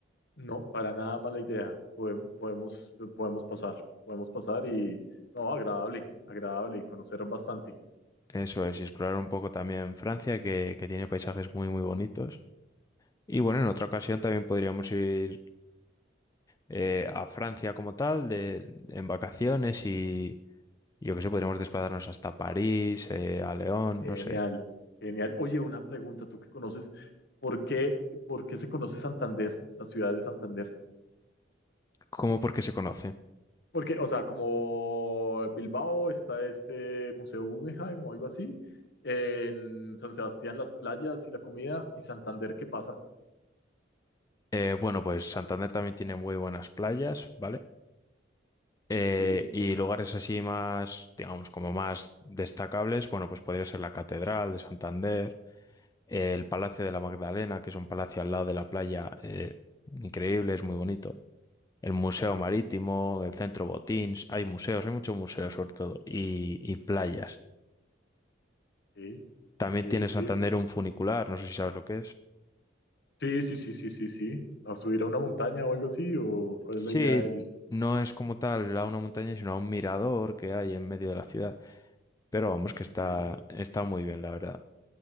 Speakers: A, on the left; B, on the left.
A: No, para nada mala idea. Podem- Podemos, podemos, pasar, podemos pasar y, no, agradable, agradable y conocer bastante.
B: Eso es, y explorar un poco también Francia, que, que tiene paisajes muy, muy bonitos. Y bueno, en otra ocasión también podríamos ir eh, a Francia como tal, de, en vacaciones y yo qué sé, podríamos desplazarnos hasta París, eh, a León,
A: Genial,
B: no sé.
A: genial. Oye, una pregunta, tú que conoces, ¿por qué, por qué se conoce Santander, la ciudad de Santander?
B: ¿Cómo porque se conoce?
A: Porque, o sea, como Bilbao está este Museo Guggenheim o algo así, en San Sebastián las playas y la comida, y Santander, ¿qué pasa?
B: Eh, bueno, pues Santander también tiene muy buenas playas, ¿vale? Eh,
A: Ok,
B: y lugares así más, digamos, como más destacables, bueno, pues podría ser la Catedral de Santander. Eh, el Palacio de la Magdalena, que es un palacio al lado de la playa, eh, increíble, es muy bonito. El Museo Marítimo, el Centro Botins, hay museos, hay muchos museos sobre todo, y, y playas.
A: ok,
B: También
A: ok,
B: tiene
A: ok.
B: Santander un funicular, no sé si sabes lo que es.
A: Sí, sí, sí, sí, sí, sí. ¿A subir a una montaña o algo así? ¿O cuál
B: Sí,
A: es la idea del...?
B: no es como tal a una montaña, sino a un mirador que hay en medio de la ciudad. Pero vamos, que
A: Ok,
B: está, está muy bien, la verdad.